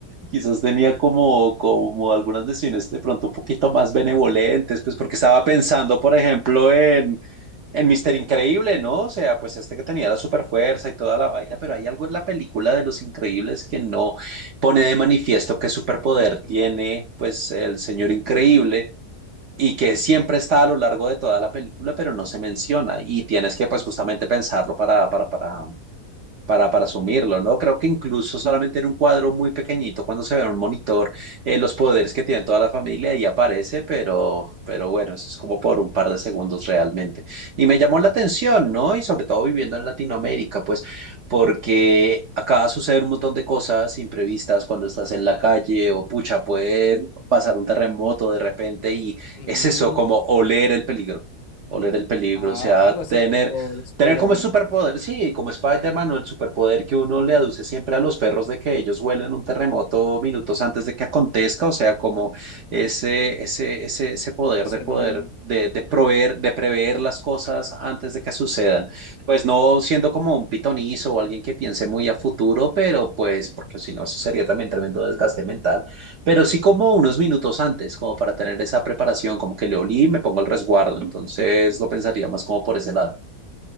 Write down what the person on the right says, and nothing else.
Quizás tenía como, como algunas decisiones de pronto un poquito más benevolentes, pues porque estaba pensando, por ejemplo, en, en Mister Increíble, ¿no? O sea, pues este que tenía la super fuerza y toda la vaina, pero hay algo en la película de Los Increíbles que no pone de manifiesto qué superpoder tiene pues el señor increíble y que siempre está a lo largo de toda la película, pero no se menciona y tienes que
pues
justamente pensarlo para, para, para, para, para asumirlo, ¿no? Creo que incluso solamente en un cuadro muy pequeñito, cuando se ve en un monitor, eh, los poderes que tiene toda la familia y aparece, pero, pero bueno, eso es como por un par de segundos realmente. Y me llamó la atención, ¿no? Y sobre todo viviendo en Latinoamérica, pues, porque acá suceden un montón de cosas imprevistas cuando estás en la calle o pucha, puede pasar un terremoto de repente y
es eso, como oler el peligro. Oler el peligro,
o sea,
tener
Tener como el superpoder, sí, como Spider-Man o el superpoder que uno le aduce siempre a los perros de que ellos huelen un terremoto minutos antes de que acontezca, o sea, como ese, ese, ese, ese poder de
poder, de, de proveer, de prever las cosas antes de que sucedan. Pues no siendo como un pitonizo o alguien que piense muy a futuro, pero pues, porque si no, eso sería también tremendo desgaste mental, pero sí como unos minutos antes, como para tener esa preparación, como que le olí y me pongo el resguardo, entonces lo pensaría más como por ese lado.